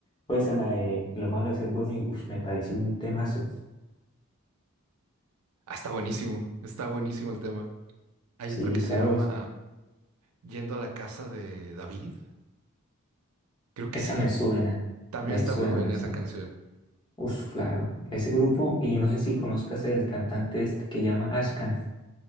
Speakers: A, on the left; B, on the right.
A: fue esa, la de Lo malo de ser bueno y uf, me pareció un temazo.
B: Ah, está buenísimo, está buenísimo el tema. Hay
A: Sí,
B: otra que se
A: claro,
B: llama Yendo a la casa de David, creo que
A: Esa
B: sí.
A: me suena,
B: También
A: me
B: está
A: suena,
B: muy buena
A: me suena.
B: esa canción.
A: Uf, claro. Ese grupo, y no sé si conozcas el cantante este que llama Ashkan,